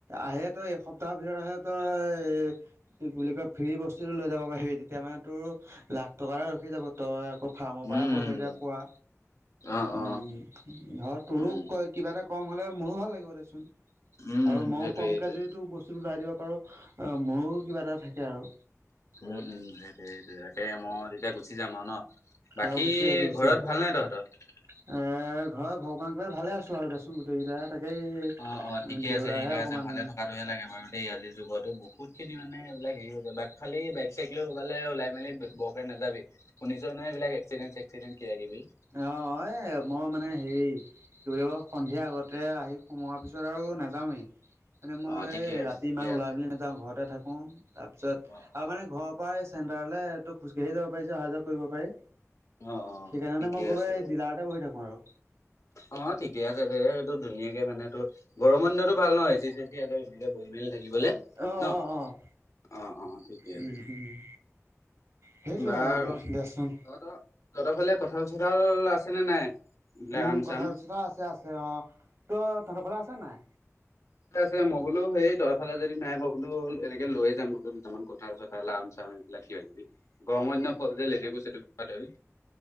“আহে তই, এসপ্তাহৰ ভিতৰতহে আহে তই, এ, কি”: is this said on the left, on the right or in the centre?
Right